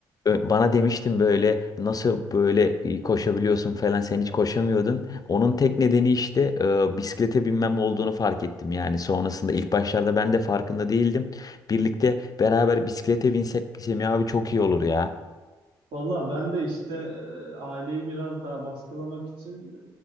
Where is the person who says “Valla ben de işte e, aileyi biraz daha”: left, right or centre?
Right